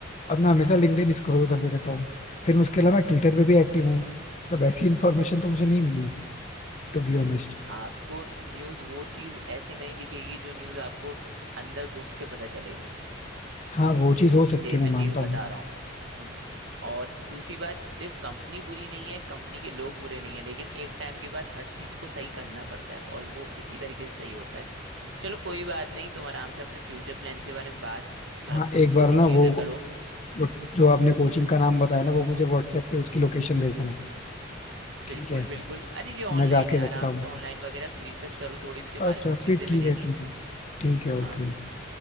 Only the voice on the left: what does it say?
और मैं हमेशा लिंक्डइन स्क्रॉल करते रहता हूँ फिर उसके अलावा मैं ट्विटर पे भी एक्टिव हूँ मतलब ऐसी इन्फॉर्मेशन तो मुझे नहीं मिली टू बी ऑनेस्ट
हाँ वो चीज हो सकती
है
मैं मानता
हूँ
हाँ
एक बार ना
वो
वो जो आपने कोचिंग का नाम बताया ना वो मुझे व्हाट्सएप पे उसकी लोकेशन भेज देना ठीक
है
मैं जाके
देखता
हूँ
अच्छा
फिर ठीक
है ठीक है ठीक है ओके